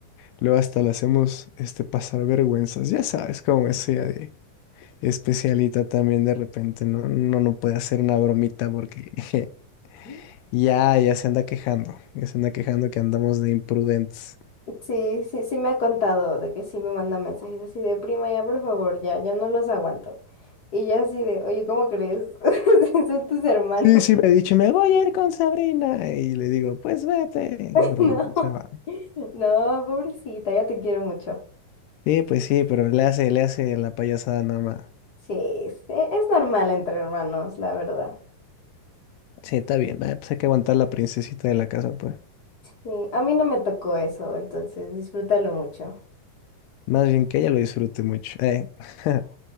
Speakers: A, on the left; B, on the left.
A: Luego hasta le hacemos este, pasar vergüenzas. Ya sabes cómo es ella de especialita también de repente. No, no, no puede hacer una bromita porque <laughs>
B: <laughs>
A: ya, ya se anda quejando. Ya se anda quejando que andamos de imprudentes.
B: Sí, sí, sí me ha contado de que sí me manda mensajes así de prima, ya por favor, ya, yo no los aguanto. Y yo así de, oye, ¿cómo crees? <laughs> Si Son tus hermanos.
A: Sí, sí, me ha dicho, me voy a ir con Sabrina. Y le digo, pues vete.
B: <laughs>
A: Pero
B: No,
A: se va.
B: no, pobrecita, ya te quiero mucho.
A: Sí, pues sí, pero le hace, le hace la payasada nada más.
B: Sí, es, e- es normal entre hermanos, la verdad.
A: Sí, está bien. eh, pues hay que aguantar la princesita de la casa, pues.
B: Sí, a mí no me tocó eso, entonces disfrútalo mucho.
A: Más bien que ella lo disfrute mucho. Eh. <laughs>